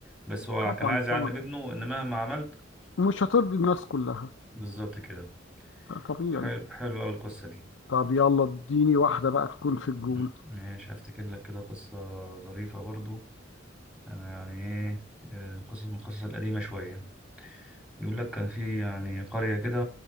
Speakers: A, in the centre; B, on the left (about 80°).
A: بس هو
B: طبعا
A: كان عايز يعلم
B: طبعا
A: ابنه ان مهما عملت
B: مش هترضي الناس كلها
A: بالظبط كده
B: ده طبيعي
A: حلو حلو قوي القصه دي
B: طب يلا اديني واحدة بقى تكون في الجون
A: م- ماشي افتكر لك كده قصه ظريفه برضو انا يعني ايه آه، قصص من القصص القديمه شويه بيقول لك كان في يعني قرية كده